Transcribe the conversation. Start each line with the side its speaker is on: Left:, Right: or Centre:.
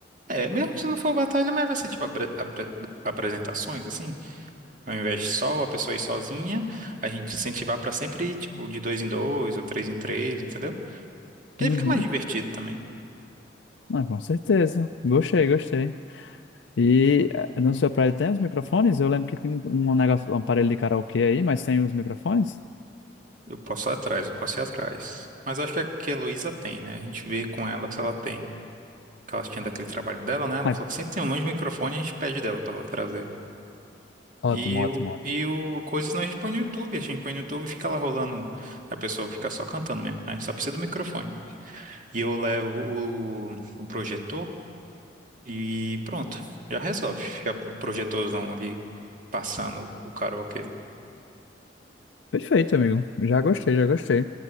Right: é, mesmo se não for batalha, mas vai ser tipo abra- abra- apresentações, assim. Ao invés de só a pessoa ir sozinha, a gente incentivar pra sempre ir, tipo, de dois em dois ou três em três, entendeu? E
Left: Uhum.
Right: aí fica mais divertido também.
Left: Ah, com certeza. Gostei, gostei. E eh, na sua praia tem os microfones? Eu lembro que tem um um negócio, um aparelho de karaokê aí, mas tem os microfones?
Right: Eu posso ir atrás, eu posso ir atrás. Mas acho que a que a Heloísa tem, né? A gente vê com ela se ela tem. Que ela tinha daquele trabalho dela, né? Ela
Left: Ai,
Right: falou que sempre tem um monte de microfone e a gente pede dela pra ela trazer.
Left: ótimo,
Right: E
Left: ótimo,
Right: o,
Left: ótimo.
Right: e o coisas nós a gente põe no YouTube. A gente põe no YouTube e fica lá rolando. A pessoa fica só cantando mesmo. né? A gente só precisa do microfone. E eu levo o, o projetor e pronto. Já resolve. Fica o projetorzão ali passando o karaokê.
Left: Perfeito, amigo. Já gostei, já gostei.